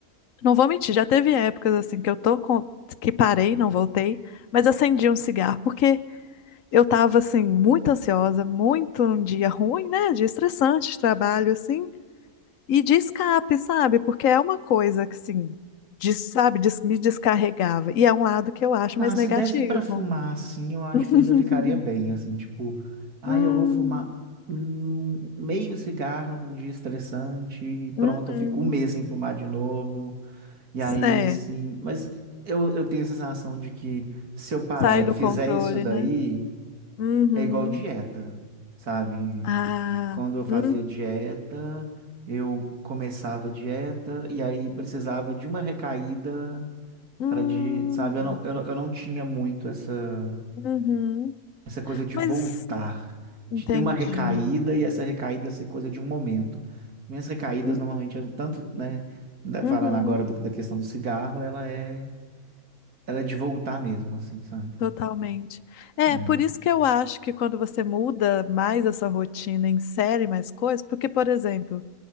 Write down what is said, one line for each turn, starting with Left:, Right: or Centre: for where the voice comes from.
Left: não vou mentir, já teve épocas assim que eu tô com que parei, não voltei, mas acendi um cigarro porque eu tava assim muito ansiosa, muito num dia ruim, né, de estressante, de trabalho assim, e de escape, sabe? Porque é uma coisa que assim, de, sabe, des- me descarregava. E é um lado que eu acho
Right: Ah,
Left: mais
Right: se
Left: negativo.
Right: desse pra fumar assim, eu acho
Left: <laughs>
Right: que eu ainda ficaria bem, assim, tipo, ah,
Left: Hum,
Right: eu vou fumar hum, meio cigarro num dia estressante, e pronto,
Left: uhum.
Right: eu fico um mês sem fumar de novo. E aí,
Left: É,
Right: assim, mas eu, eu tenho a sensação de que se eu parar
Left: sai
Right: e
Left: do
Right: fizer
Left: controle,
Right: isso daí,
Left: né? Uhum.
Right: é igual dieta, sabe?
Left: Ah,
Right: Quando eu fazia
Left: hum,
Right: dieta, eu começava a dieta e aí precisava de uma recaída
Left: hum,
Right: para de, sabe? Eu não, eu, não- eu não tinha muito essa,
Left: uhum.
Right: essa coisa de
Left: Mas
Right: voltar,
Left: entendi.
Right: de ter uma recaída e essa recaída ser coisa de um momento. Minhas recaídas
Left: Hum,
Right: normalmente, eu- tanto, né, ainda
Left: Uhum.
Right: falando agora do- da questão do cigarro, ela é ela é de voltar mesmo, assim, sabe?
Left: Totalmente. É,
Right: É.
Left: por isso que eu acho que quando você muda mais essa rotina, insere mais coisas, porque, por exemplo,